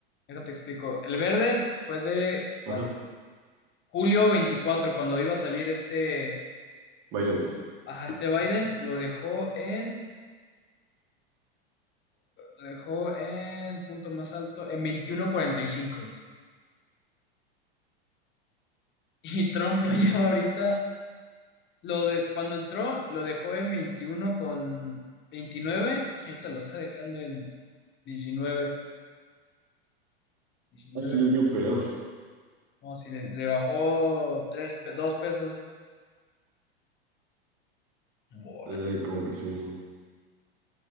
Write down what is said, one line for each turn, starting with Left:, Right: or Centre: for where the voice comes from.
Left: Déjate te explico. El verde fue de cuando,
Right: Ajá,
Left: julio veinticuatro cuando iba a salir este,
Right: Biden.
Left: ajá, este Biden, lo dejó en Lo dejó en punto más alto, en 21.45. Y cinco. Y Trump lo <laughs> lleva ahorita, lo de, cuando entró, lo dejó en 21 con 29 y ahorita lo está dejando en 19. 19,
Right: Así les dio feo.
Left: no, si le, le bajó 3, 2 pesos. Órale.
Right: Ay, como que sí.